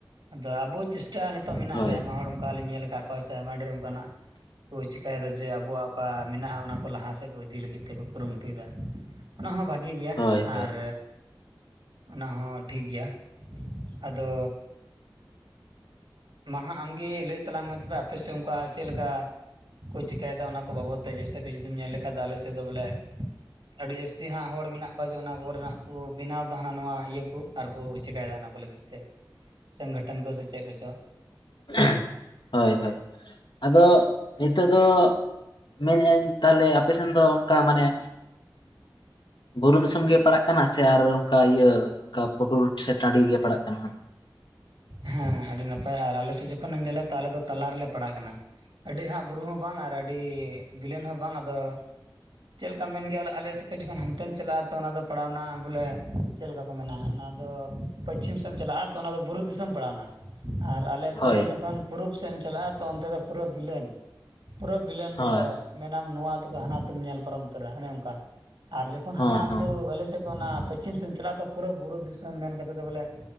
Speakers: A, on the right; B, on the left.
A: ᱟᱫᱚ ᱟᱵᱚ ᱪᱮᱥᱴᱟ ᱱᱤᱛᱚᱜ ᱢᱮᱱᱟᱜ
B: ᱦᱳᱭ
A: ᱜᱮᱭᱟ ᱟᱭᱢᱟ ᱦᱚᱲ ᱚᱝᱠᱟ ᱦᱚᱸ ᱞᱤᱧ ᱧᱮᱞ ᱟᱠᱟᱜ ᱠᱚᱣᱟ ᱥᱮ ᱟᱭᱢᱟ ᱰᱷᱮᱨ ᱚᱱᱠᱟᱱᱟᱜ ᱠᱚ ᱪᱮᱠᱟᱭᱮᱫᱟ ᱡᱮ ᱟᱵᱚᱣᱟᱜ ᱚᱠᱟ ᱢᱮᱱᱟᱜᱼᱟ ᱚᱱᱟ ᱠᱚ ᱞᱟᱦᱟ ᱥᱮᱫ ᱠᱚ ᱤᱫᱤ ᱞᱟᱹᱜᱤᱫ ᱛᱮᱠᱚ ᱠᱩᱨᱩᱢᱩᱴᱩᱭᱮᱫᱟ᱾ ᱚᱱᱟ ᱦᱚᱸ ᱵᱷᱟᱹᱜᱤ ᱜᱮᱭᱟ
B: ᱦᱳᱭ ᱦᱳᱭ
A: ᱟᱨ ᱚᱱᱟ ᱦᱚᱸ ᱴᱷᱤᱠ ᱜᱮᱭᱟ ᱟᱫᱚ ᱢᱟ ᱦᱟᱸᱜ ᱟᱢᱜᱮ ᱞᱟᱹᱭ ᱛᱟᱞᱟᱝ ᱢᱮ ᱛᱚᱵᱮ ᱟᱯᱮᱥᱮᱫ ᱚᱝᱠᱟ ᱪᱮᱫ ᱞᱮᱠᱟ ᱠᱚ ᱪᱮᱠᱟᱭᱮᱫᱟ ᱚᱱᱟ ᱠᱚ ᱵᱟᱵᱚᱫ ᱛᱮ ᱜᱮ ᱥᱮ ᱡᱩᱫᱤᱢ ᱧᱮᱞ ᱞᱮᱠᱷᱟᱫ ᱫᱚ ᱟᱞᱮ ᱥᱮᱫ ᱫᱚ ᱵᱚᱞᱮ ᱟᱹᱰᱤ ᱡᱟᱹᱥᱛᱤ ᱦᱟᱸᱜ ᱦᱚᱲ ᱢᱮᱱᱟᱜ ᱠᱚᱣᱟ ᱡᱮ ᱚᱱᱟ ᱠᱚᱨᱮᱱᱟᱜ ᱠᱚ ᱵᱮᱱᱟᱣ ᱫᱟ ᱦᱟᱱᱟ ᱱᱟᱣᱟ ᱤᱭᱟᱹ ᱠᱚ ᱟᱨᱠᱚ ᱪᱮᱠᱟᱭᱮᱫᱟ ᱚᱱᱟ ᱠᱚ ᱞᱟᱹᱜᱤᱫ ᱛᱮ
B: <inaudible>
A: ᱥᱚᱝᱜᱚᱴᱷᱚᱱ ᱠᱚ ᱥᱮ ᱪᱮᱫ ᱠᱚᱪᱚ
B: ᱮᱦᱮᱢ ᱦᱚᱭ ᱦᱚᱭ ᱟᱫᱚ ᱱᱤᱛᱚᱜ ᱫᱚ ᱢᱮᱱᱮᱜ-ᱟᱹᱧ ᱛᱟᱦᱞᱮ ᱟᱯᱮ ᱥᱮᱱ ᱫᱚ ᱚᱱᱠᱟ ᱢᱟᱱᱮ ᱵᱩᱨᱩ ᱫᱤᱥᱚᱢ ᱜᱮ ᱯᱟᱲᱟᱜ ᱠᱟᱱᱟ ᱥᱮ ᱟᱨ ᱚᱝᱠᱟ ᱤᱭᱟᱹ ᱚᱝᱠᱟ ᱯᱩᱴᱩᱨ ᱥᱮ ᱴᱟᱺᱰᱤ ᱜᱮ ᱯᱟᱲᱟᱜ ᱠᱟᱱᱟ ᱦᱟᱸᱜ
A: ᱦᱮᱸ ᱟᱹᱰᱤ ᱱᱟᱯᱟᱭ ᱟᱨ ᱟᱞᱮ ᱥᱮᱫ ᱡᱚᱠᱷᱚᱱᱮᱢ ᱱᱮᱞᱟ ᱛᱟᱦᱞᱮ ᱫᱚ ᱛᱟᱞᱟ ᱨᱮᱞᱮ ᱯᱟᱲᱟᱜ ᱠᱟᱱᱟ᱾ ᱟᱹᱰᱤ ᱦᱟᱸᱜ ᱵᱩᱨᱩ ᱦᱚᱸ ᱵᱟᱝ ᱟᱨ ᱟᱹᱰᱤ ᱵᱤᱞᱮᱱ ᱦᱚᱸ ᱵᱟᱝ ᱟᱫᱚ᱾ ᱪᱮᱫ ᱞᱮᱠᱟᱢ ᱢᱮᱱ ᱠᱮᱜ-ᱟ ᱟᱞᱮ ᱟᱹᱛᱩ ᱠᱷᱚᱱ ᱡᱚᱠᱷᱚᱱ ᱦᱟᱱᱛᱮᱢ ᱪᱟᱞᱟᱜ-ᱟ ᱛᱚ ᱚᱱᱟᱫᱚ ᱯᱟᱲᱟᱣᱱᱟ ᱵᱚᱞᱮ ᱪᱮᱫ ᱞᱮᱠᱟ ᱠᱚ ᱢᱮ ᱚᱱᱟ ᱫᱚ ᱯᱚᱪᱷᱤᱢ ᱥᱮᱫ ᱮᱢ ᱪᱟᱞᱟᱜ-ᱟ ᱛᱚ ᱚᱱᱟᱫᱚ ᱵᱩᱨᱩ ᱫᱤᱥᱚᱢ ᱯᱟᱲᱟᱣᱱᱟ ᱟᱨ ᱟᱞᱮ ᱟᱹᱛᱩ
B: ᱦᱳᱭ
A: ᱠᱷᱚᱱ ᱡᱚᱠᱷᱚᱱ ᱯᱩᱨᱩᱵ ᱥᱮᱫ ᱮᱢ ᱪᱟᱞᱟᱜ-ᱟ ᱛᱚ ᱚᱱᱛᱮ ᱫᱚ ᱯᱩᱨᱟᱹ ᱵᱤᱞᱮᱱ ᱯᱩᱨᱟᱹ ᱵᱤᱞᱮᱱ
B: ᱦᱳᱭ
A: ᱵᱚᱞᱮ ᱢᱮᱱᱟᱢ ᱱᱚᱣᱟ ᱟᱹᱛᱩ ᱠᱷᱚᱱ ᱦᱟᱱᱟ ᱟᱹᱛᱩ ᱧᱮᱞ ᱯᱟᱨᱚᱢ ᱩᱛᱟᱹᱨᱟ ᱚᱱᱮ ᱚᱝᱠᱟ ᱟᱨ ᱡᱚᱠᱷᱚᱱ
B: ᱦᱚᱸ
A: ᱦᱟᱱᱟ ᱟᱹᱛᱩ
B: ᱦᱚᱸ
A: ᱟᱞᱮ ᱥᱮᱫ ᱠᱷᱚᱱ ᱚᱱᱟ ᱯᱚᱪᱷᱤᱢ ᱥᱮᱫ ᱪᱟᱞᱟᱜ-ᱟ ᱛᱚ ᱯᱩᱨᱟᱹ ᱵᱩᱨᱩ ᱫᱤᱥᱚᱢ ᱢᱮᱱ ᱠᱟᱛᱮᱫ ᱫᱚ ᱵᱚᱞᱮ